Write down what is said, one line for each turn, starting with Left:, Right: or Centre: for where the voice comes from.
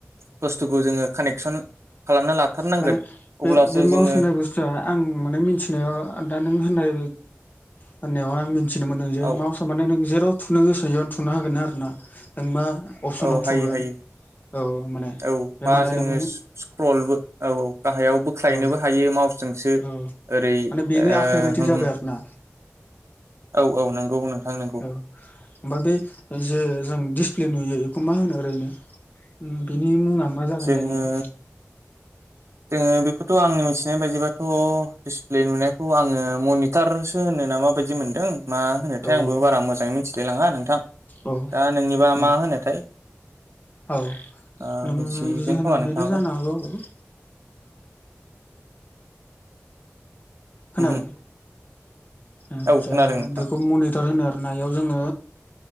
Right: बुस कानेक्सन लाथारनांगोन
Left: माने बे
Right: अब्लासो
Left: बे माउस
Right: जोङो
Left: होनाय बुस्थुआ आं माने मिथिनायाव दा नों होननाय <unintelligible> होननायावहाय आं मिथिनो मोनदों जे
Right: औ
Left: माउसआ माने नों जेराव थुनो गोसो बेयावनो थुनो हागोन आरो ना जेनेबा अपसनाव
Right: औ हायो
Left: थुगोन
Right: हायो
Left: औ माने
Right: औ
Left: बे
Right: बा
Left: माने
Right: जोङो
Left: नों
Right: स्क्रलबो औ गाहायाव बोख्लायनोबो
Left: औ
Right: हायो माउसजोंसो।
Left: औ
Right: ओरै
Left: माने बेनो
Right: ओ
Left: आखाइ बायदि
Right: उम
Left: जाबाय
Right: उम
Left: आरो ना
Right: औ औ नंगौ नोंथां। नंगौ
Left: औ ओमफाय बे जे जों दिसप्लेनि मा होनो ओरैनो बेनि मुङा मा जागोन
Right: जोङो
Left: ओरैनो जेनेबा
Right: जोङो बेखौथ' आंनि मिथिनाय बायदिबाथ' डिसप्ले नुनायखौ आङो मनिटारसो होनो ना माबायदि मोनदों। मा होनोथाय
Left: औ
Right: आंबो
Left: औ
Right: बारा मोजाङै मिथिलाय लाङा नोंथां
Left: औ
Right: दा नोंनिबा
Left: उम
Right: मा होनोथाय?
Left: औ
Right: ओ
Left: नों
Right: मिथिगोन
Left: जि होनदों
Right: खोमा नोंथाङाबो
Left: बेनो जानो हागौ आरो खोनादों?
Right: उमहो
Left: आतसा
Right: औ खोनादों नोंथां
Left: बेखौ मनिटर होनो आरनायाव जोङो